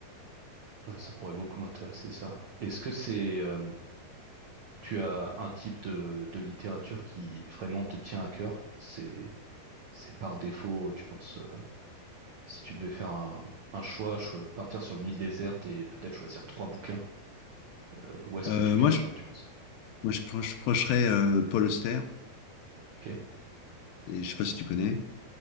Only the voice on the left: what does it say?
Euh,
moi, je,
moi, je, proche- procherais, euh, Paul Auster,
et je sais pas si tu connais.